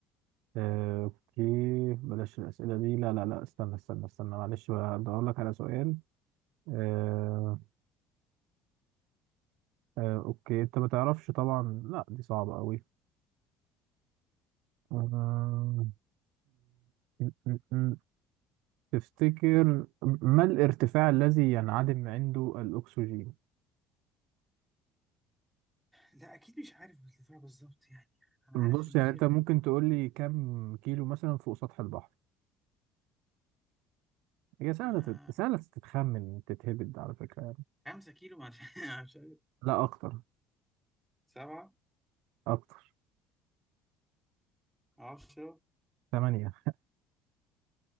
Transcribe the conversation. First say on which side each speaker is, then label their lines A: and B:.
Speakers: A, on the right; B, in the centre.
A: آه اوكي بلاش الاسئله دي لا لا لا استنى استنى استنى معلش بدور لك على سؤال آه آه اوكي انت ما تعرفش طبعا لا دي صعبه قوي آه، <laughs> تفتكر ما الارتفاع الذي ينعدم عنده الأكسجين؟
B: لا اكيد مش عارف الارتفاع بالظبط يعني انا
A: بص
B: عارف ان
A: يعني
B: في
A: أنت ممكن تقول لي كم كيلو مثلا فوق سطح البحر؟ هي سهلة
B: آه،
A: تت... سهلة تتخمن تتهبد على فكرة يعني
B: خمسة كيلو مش <laughs> مش عارف
A: لا أكتر
B: سبعة
A: أكتر
B: عشرة
A: تمانية